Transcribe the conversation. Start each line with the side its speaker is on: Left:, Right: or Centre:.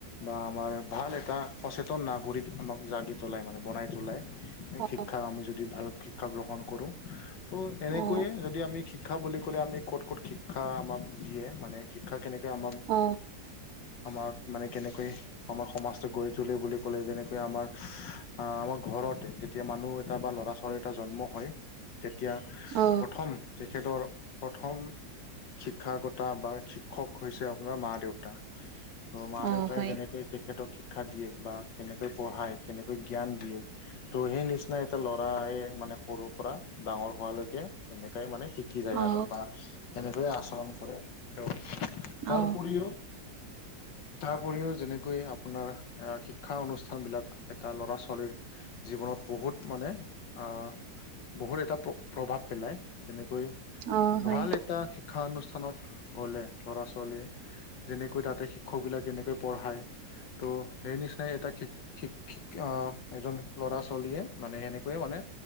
Left: বা আমাৰ ভাল এটা সচেতন নাগৰিক আমাক জাগি তোলাই মানে বনাই তলাই।
Right: অ
Left: শিক্ষা আমি যদি ভাল শিক্ষা গ্ৰহণ কৰো ত' এনেকৈয়ে
Right: অ
Left: যদি আমি। শিক্ষা বুলি ক'লে আমি ক'ত ক'ত শিক্ষা আমাক দিয়ে মানে শিক্ষা কেনেকে আমাৰ
Right: অ
Left: আমাৰ মানে কেনেকৈ আমাৰ সমাজ গৈ তলে বুলি ক'লে যেনেকৈ আমাৰ অ আমাৰ ঘৰতে। তেতিয়া মানুহ এটা বা ল'ৰা ছোৱালী এটা জন্ম হয় তেতিয়া
Right: অ
Left: প্ৰথম। সেইটো আৰু প্ৰথম শিক্ষাগতা বা শিক্ষক হৈছে আপোনাৰ মা দেউতা ত মা
Right: অ
Left: দেউতাই
Right: হয়
Left: যেনেকৈ। তেখেতক শিক্ষা দিয়ে বা কেনেকৈ পঢ়ায় কেনেকৈ জ্ঞান দিয়ে। ত' সেই নিচিনা এটা ল'ৰায় মানে সৰুৰ পৰা ডাঙৰ হোৱালৈকে এনেকাই মানে সী শিকি যায়
Right: অ
Left: আৰু বা সেনেকৈয়ে আচৰণ কৰে ত তাৰ
Right: অ
Left: উপৰিও। <inaudible> তাৰ উপৰিও যেনেকৈ আপোনাৰ এ শিক্ষা অনুষ্ঠান বিলাক এটা ল'ৰা ছোৱালীৰ জীৱনত বহুত মানে আ বহুত এটা প্ৰ প্ৰভাৱ পেলায়, যেনেকৈ
Right: অ হয়
Left: ভাল এটা শিক্ষা অনুষ্ঠানত গলে ল'ৰা ছোৱালীয়ে যেনেকৈ তাতে শিক্ষক বিলাক কেনেকৈ পঢ়াই ত' সেই নিচিনাই এটা শিক শিকিক আহ এজন ল'ৰা ছোৱালীয়ে মানে সেনেকৈয়ে মানে